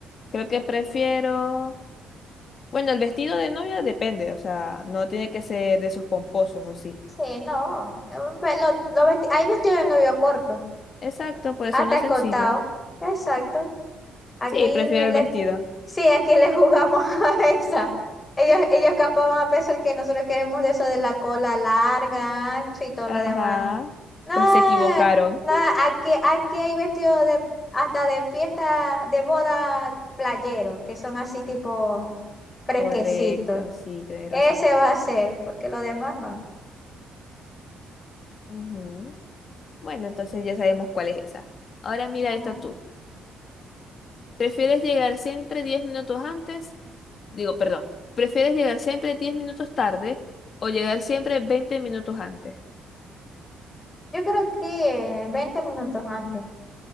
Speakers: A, on the left; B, on the left.
A: Creo que prefiero. Bueno, el vestido de novia depende, o sea, no tiene que ser de esos pomposos o sí.
B: Sí, no. Un ve- lo- lo vesti- hay vestido de novio corto.
A: Exacto, puede
B: Ah,
A: ser
B: está
A: uno sencillo.
B: escoltado. Exacto. Aquí
A: Sí, prefiero
B: le, le-
A: el vestido.
B: sí, aquí le jugamos <laughs> a esa. Ellos,
A: <gasps>
B: ellos capaz van a pensar que nosotros queremos de eso de la cola larga, ancho y todo
A: Ajá,
B: lo demás. No,
A: pues se equivocaron.
B: no,
A: <laughs>
B: aquí, aquí hay vestidos de, hasta de fiesta, de boda playeros, que son así tipo fresquecitos.
A: Correcto, sí, tenés
B: Ese
A: razón.
B: va a ser, porque lo demás no.
A: Ujú. Bueno, entonces ya sabemos cuál es esa. Ahora mira
B: Ujú.
A: esta tú. ¿Prefieres llegar siempre 10 minutos antes Digo, perdón, ¿prefieres llegar siempre 10 minutos tarde o llegar siempre 20 minutos antes?
B: Yo creo que 20 minutos antes.